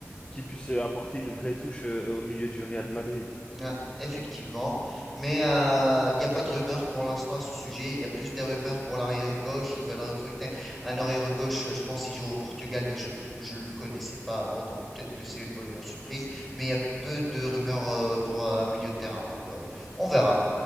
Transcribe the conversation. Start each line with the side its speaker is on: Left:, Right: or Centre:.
Left: qui puisse euh, apporter une vraie touche euh, au milieu du Real Madrid.
Centre: Ouais, effectivement. Mais euh, il n'y a pas de rumeur pour l'instant à ce sujet. Il y a plus des rumeurs pour l'arrière-gauche. Ils veulent recruter un arrière-gauche, je pense, il joue au Portugal, mais je ne le connaissais pas avant, donc peut-être que c'est une bonne surprise. Mais il y a peu de rumeurs euh, pour euh, un milieu de terrain, donc euh, on verra.